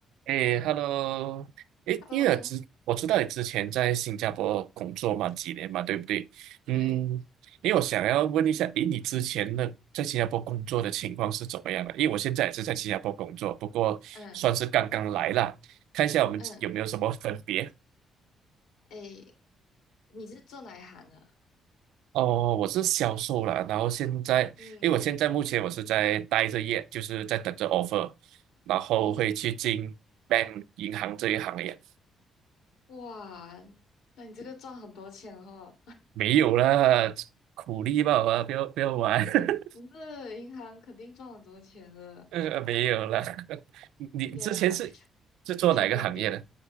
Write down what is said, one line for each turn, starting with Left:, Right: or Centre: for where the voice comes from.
Right: 哎，Hello，哎，
Left: Hello，
Right: 因为我知我知道你之前在新加坡工作嘛，几年嘛，对不对？嗯，
Left: 对，
Right: 因为我想要问一下，诶，你之前的在新加坡工作的情况是怎么样的？因为我现在也是在新加坡工作，不过算是刚刚来啦，
Left: 嗯
Right: 看一下我们有没有什么分别。
Left: 嗯，诶，你是做哪一行的？
Right: 哦，我是销售啦，然后现在，
Left: 嗯
Right: 因为我现在目前我是在待着业，就是在等着 offer，然后会去进
Left: 嗯，
Right: bank 银行这一行业。
Left: 哇，那你这个赚很多钱哦，
Right: 没有啦，苦力吧，啊，不要不要玩，<laughs>
Left: <laughs> 你这银行肯定赚很多钱的。
Right: 呃，没有啦。<laughs> 你之前是是做哪个行业的？
Left: 天啊，完全不能比。